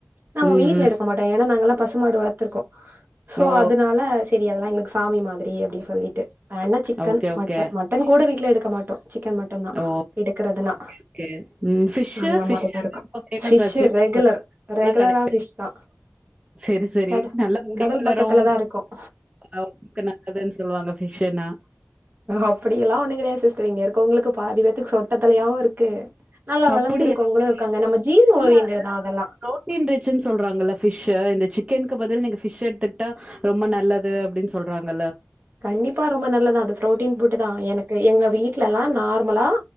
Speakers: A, on the right; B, on the right.
A: நம்ம
B: ம்,
A: வீட்டுல
B: ம்.
A: எடுக்க மாட்டோம் ஏன்னா நாங்களாம் பசுமாடு வளத்துர்க்கோம் சோ
B: ஓ!
A: அதுனால செரி அதெல்லாம் எங்களுக்கு சாமி மாரி அப்டி சொல்லிட்டு வேண்னா chicken
B: okay, okay.
A: Mutton mutton கூட வீட்டில எடுக் மாட்டோம் சிக்கன் மட்டன் தான்
B: ஓ!
A: எடுக்கிறதுனா
B: ஓகே, ஓகே. ம் ஃபிஷ்ஷு?
A: அந்த
B: ஃபிஷ்
A: மாரி தான்
B: அங்க
A: இருக்கும்
B: ரொம்ப ஃபேமஸ்
A: பிஷ்
B: ஆச்சே.
A: ரெகுலர்
B: எல்லா
A: ரெகுலரா
B: கடைக்கும்.
A: பிஷ் தான்
B: சரி, சரி.
A: கட
B: நல்லா முடி
A: கடல்
B: வளரும்.
A: பக்கத்துல தான் இருக்கோம்
B: உடம்புக்கு நல்லதுன்னு சொல்லுவாங்க ஃபிஷ்ஷுன்னா.
A: அப்டியெல்லாம் ஒண்ணுகெடையாது சிஸ்டர் இங்க இருக்கவுங்களுக்கு பாதிபேத்துக்கு சொட்டதலயாவும் இருக்கு நல்லா
B: அப்படி
A: வளர்ந்திருக்கவங்களு இருக்காங்க நம்ம ஜீன்
B: இல்லோட்டன்ச்சுன்னு
A: ஓரியன்டட் தா அதெல்லா
B: <inaudible> சொல்றாங்க பிஷ்ஷ <inaudible> சிக்கனுகக்கு பதில் நீங்க பிஷ்ட் த்துட்டா ரொம்ப நல்லது அப்டின்னு சொல்றாங்கல்ல
A: கண்டிப்பா ரொம்ப நல்லதான் அது பு்ரோட்டீன் புட்டு தான் எனக்கு எங்க வீட்லல்லாம் நார்மலா